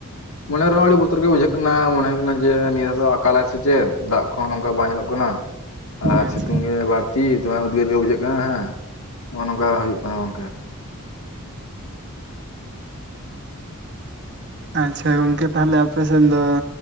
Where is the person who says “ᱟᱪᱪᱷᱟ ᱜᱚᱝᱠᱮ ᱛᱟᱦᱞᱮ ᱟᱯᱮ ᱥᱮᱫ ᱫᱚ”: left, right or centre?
Right